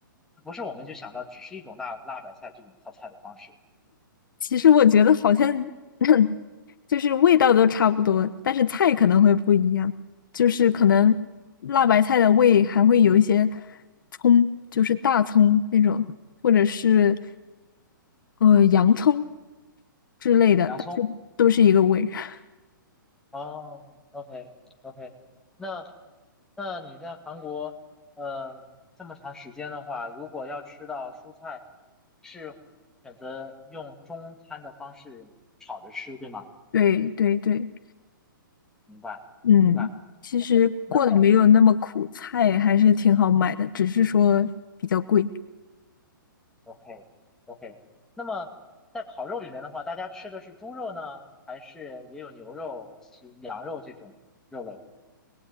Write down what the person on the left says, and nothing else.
其实我觉得好像 <laughs> 就是味道都差不多，但是菜可能会不一样，就是可能辣白菜的味还会有一些葱，就是大葱那种，或者是呃洋葱之类的，
但是都是一个味。<laughs>
对对对，
嗯，其实过得没有那么苦，
菜还是挺好买的，只是说比较贵。